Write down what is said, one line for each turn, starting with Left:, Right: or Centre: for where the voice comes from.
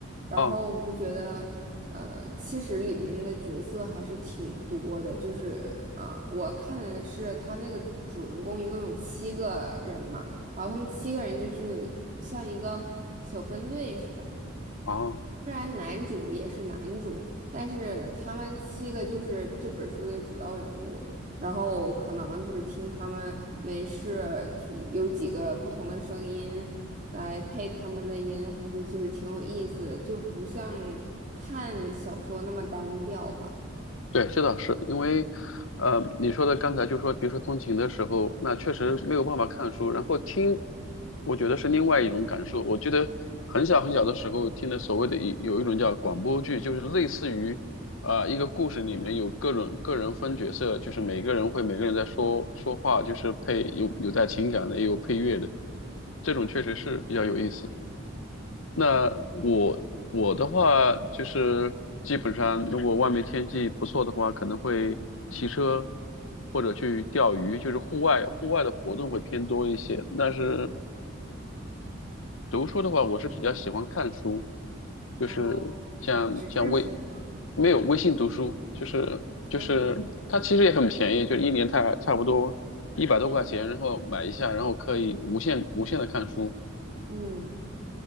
Right: 然后我就觉得，
Left: 哦
Right: 呃，其实里面的角色还是挺多的，就是呃，我看的是他那个主人公一共有七个人嘛，然后他们七个人就是像一个小分队似的。
Left: 哦。
Right: 虽然男主也是男主，但是他们七个就是这本书的主要人物。然后可能就是听他们没事，就是有几个不同的声音来配他们的音，还是就是挺有意思的，就不像看小说那么单调吧。
Left: 对，这倒是因为，呃，你说的刚才就说，比如说通勤的时候，那确实没有办法看书，然后听，我觉得是另外一种感受。我觉得很小很小的时候听的所谓的一有一种叫广播剧，就是类似于，啊、一个故事里面有各种个人分角色，就是每个人会每个人在说说话，就是配有有带情感的，也有配乐的，这种确实是比较有意思。那我我的话就是基本上，如果外面天气不错的话，可能会骑车或者去钓鱼，就是户外户外的活动会偏多一些。但是读书的话，我是比较喜欢看书，就是像像微
Right: 哦，纸质书吗？
Left: 没有微信读书，就是就是它其实也很便宜，
Right: 哦，
Left: 就一年差差不多一百多块钱，然后买一下，然后可以无限无限的看书，
Right: 嗯，